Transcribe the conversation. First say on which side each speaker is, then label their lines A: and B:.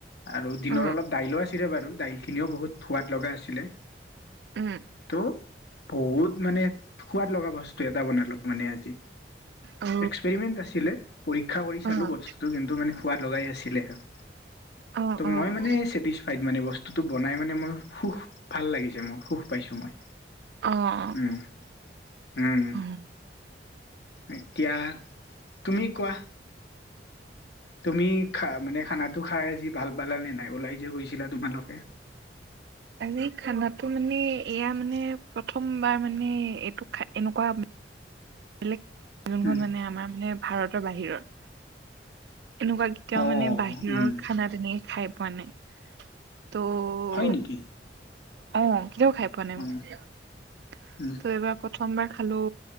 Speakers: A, on the left; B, on the right.
A: আৰু দিনৰ
B: উম,
A: অলপ দাইলো আছে আছিল বাৰু দাইলখিনিও বহুত সোৱাদ লগা আছিলে
B: উম
A: ত' বহুত মানে সোৱাদ লগা বস্তু এটা বনালো মানে আজি
B: অ'
A: এক্সপেৰিমেন্ট আছিলে পৰীক্ষা কৰি চালো
B: অ'
A: বস্তুতটো কিন্তু মানে খোৱাদ লগাই আছিলে আৰু।
B: অ'
A: ত' মই মানেচছেটিছফাইড মানে, বস্তুটো বনাই মানে মই সুখ ভাল লাগিছে মোৰ, সুখ পাইছো মই।
B: অ'
A: উম, উম।
B: অ'
A: এতিয়া তুমি কোৱা তুমি খা মানে খানাটো খাই আজি ভাল পালানে নাই ওলাই যে গৈছিলা তোমালোকে?
B: আজি খানাটো মানে, এয়া মানে, প্ৰথমবাৰ মানে এইটো খা এনেকুৱা <unintelligible> যোনখন
A: উম
B: মানে আমাৰ মানে ভাৰতৰ বাহিৰৰ এনেকুৱা কেতিয়াও
A: অ
B: মানে বাহিৰৰ
A: উম
B: খানা তেনে খাই পোৱা নাই ত' অ',
A: হয় নেকি
B: অ', কেতিয়াও খাই পোৱা নাই
A: অ
B: মই ত'
A: উম
B: এইবাৰ প্ৰ প্ৰথমবাৰ খালো